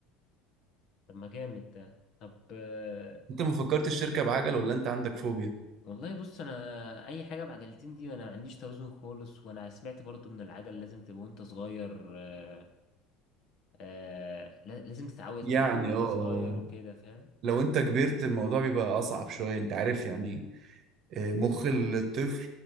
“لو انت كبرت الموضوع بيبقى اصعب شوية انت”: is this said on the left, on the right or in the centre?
Right